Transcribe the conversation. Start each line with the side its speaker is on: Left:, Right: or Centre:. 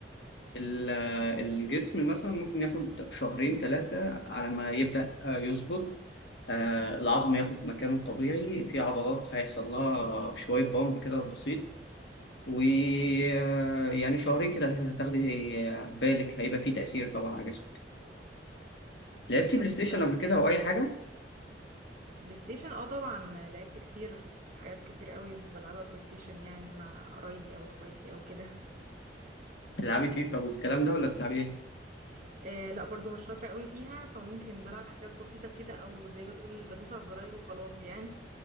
Left: ال- الجسم مثلا ممكن ياخد شهرين ثلاثة على ما يبدأ آه، يظبط آه، العظم ياخد مكانه الطبيعي في عضلات هيحصل لها شوية بامب كده بسيط ويعني شهرين كده هتاخدي آه، بالك هيبقى فيه تأثير طبعا على جسمك لعبتي
Right: طب
Left: بلاي ستيشن
Right: كويس
Left: قبل كده أو أي حاجة؟
Right: بلاي ستيشن اه طبعا لعبت كتير حاجات كتير قوي بلعبها بلاي ستيشن يعني مع قرايبي او اخواتي او كده
Left: تلعبي فيفا والكلام ده ولا بتلعبي إيه؟
Right: آه لا برضو مش شاطره قوي فيها فممكن بلعب حاجات بسيطه كده او زي ما تقول بدوس على الزراير وخلاص يعني